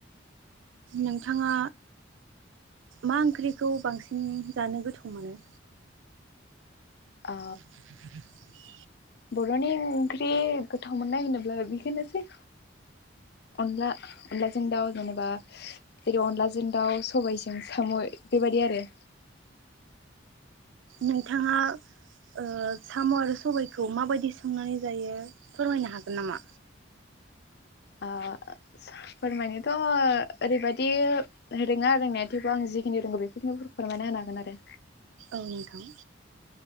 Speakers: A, on the right; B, on the left.
A: नोंथाङा मा ओंख्रिखौ बांसिन जानो गोथाव मोनो?
B: ओ
A: <inaudible>
B: बर'नि ओंख्रि गोथाव मोननाय होनोब्ला बेखौनोसै अनला अनलाजों दाउ जेनेबा जेरै अनलाजों दाउ सबाइजों साम' बेबायदि आरो
A: नोंथाङा ओ साम' आरो सबायखौ माबायदि संनानै जायो फोरमायनो हागोन नामा?
B: ओ फोरमायनोथ' ओरैबायदि रोङा रोंनाया थेवबो आं जिखिनि रोंगौ बखिनिखौ फोरमायना होनो हागोन आरो
A: औ नोंथां